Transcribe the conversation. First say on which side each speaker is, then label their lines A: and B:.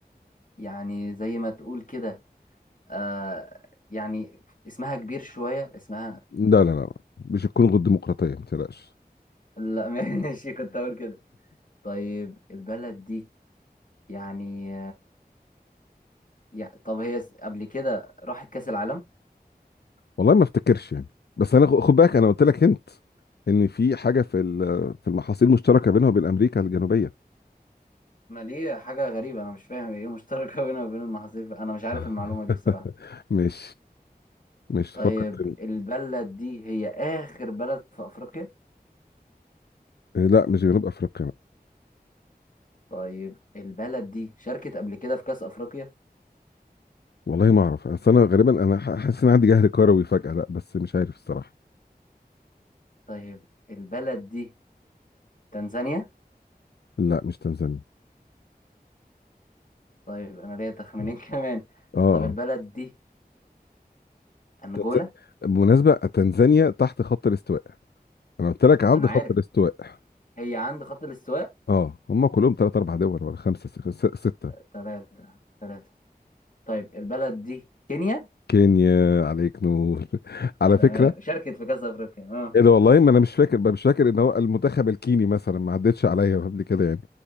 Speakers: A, on the left; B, on the left.
A: يعني زي ما تقول كده آه يعني اسمها كبير شوية اسمها
B: لا لا لا مش هتكون غير ديمقراطيه ما تقلقش
A: لا <laughs> ماشي كنت أقول كده طيب البلد دي يعني, يعني طب هي س- قبل كده راحت كأس العالم
B: والله ما افتكرش يعني بس انا خ- خد بالك انا قلت لك هنت ان في حاجه في ال- في المحاصيل المشتركه بينها وبين امريكا الجنوبيه
A: ما دي حاجة غريبة أنا مش فاهم إيه مشتركة <laughs> بينها وبين المحاصيل أنا مش عارف
B: <laughs>
A: المعلومة دي بصراحة
B: مش مش
A: طيب
B: تفكر تاني
A: البلد دي هي آخر بلد في أفريقيا
B: إيه، لا مش جنوب افريقيا لا
A: طيب البلد دي شاركت قبل كده في كأس أفريقيا
B: والله ما اعرف اصل انا غالبا انا ح- حاسس ان عندي جهل كروي فجاه لا بس مش عارف الصراحه
A: طيب البلد دي تنزانيا
B: لا مش تنزانيا
A: طيب أنا ليا تخمينين
B: اه
A: <laughs> كمان
B: اه
A: طب البلد دي أنجولا
B: تنز- بالمناسبة تنزانيا تحت خط الاستواء انا قلت لك عند
A: أنا عارف
B: خط الاستواء
A: هي عند خط الاستواء
B: اه هم كلهم ثلاث اربع دول ولا خمسه س- س- سته
A: تلاتة تلاتة طيب البلد دي كينيا
B: كينيا عليك نور <laughs> على
A: تمام
B: فكرة
A: شاركت في كأس أفريقيا اه
B: ايه ده والله ما انا مش فاكر بقى مش فاكر ان هو المنتخب الكيني مثلا ما عدتش عليا قبل كده يعني